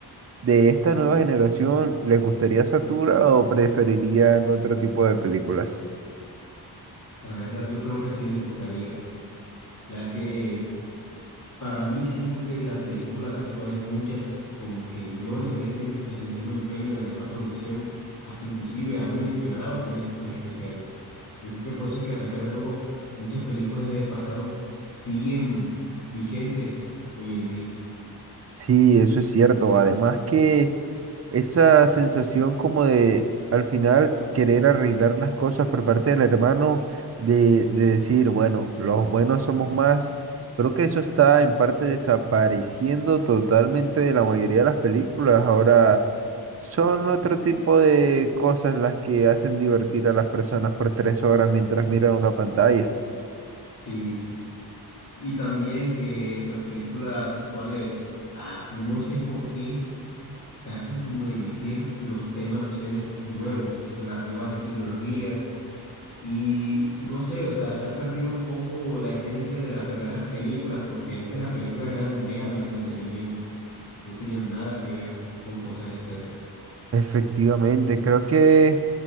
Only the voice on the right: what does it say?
de esta nueva generación les gustaría Satura o preferirían otro tipo de películas?
Sí, eso es cierto. Además que esa sensación como de al final querer arreglar las cosas por parte del hermano, de, de decir, bueno, los buenos somos más, creo que eso está en parte desapareciendo totalmente de la mayoría de las películas. Ahora son otro tipo de cosas las que hacen divertir a las personas por tres horas mientras miran una pantalla.
Efectivamente, creo que